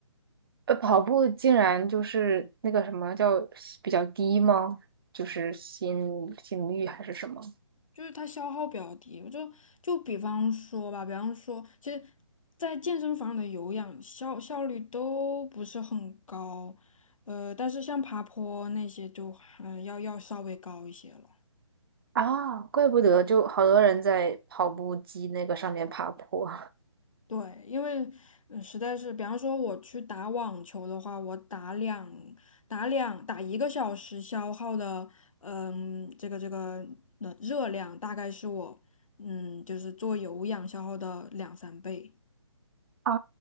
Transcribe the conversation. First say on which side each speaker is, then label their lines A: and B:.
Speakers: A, on the right; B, on the left.
A: 呃，跑步竟然就是那个什么叫比较低吗？就是心心率还是什么？
B: 就是它消耗比较低。我就就比方说吧，比方说，其实，在健身房的有氧效效率都不是很高，呃，但是像爬坡那些就嗯要要稍微高一些了。
A: 啊，怪不得就好多人在跑步机那个上面爬坡。
B: 对，因为嗯实在是，比方说我去打网球的话，我打两打两打一个小时消耗的，嗯，这个这个呃热量大概是我嗯就是做有氧消耗的两三倍。
A: 啊，